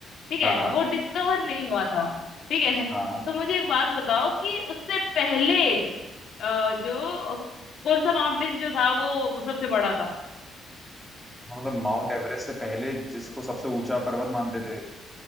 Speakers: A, on the left; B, in the centre.
A: ठीक है
B: हाँ
A: वो डिस्कवर नहीं हुआ था ठीक है
B: हाँ
A: तो मुझे एक बात बताओ कि उससे पहले अ, जो कौन सा माउंटेन जो था वो सबसे बड़ा था
B: हाँ, मतलब माउंट एवरेस्ट से पहले जिसको सबसे ऊंचा पर्वत मानते थे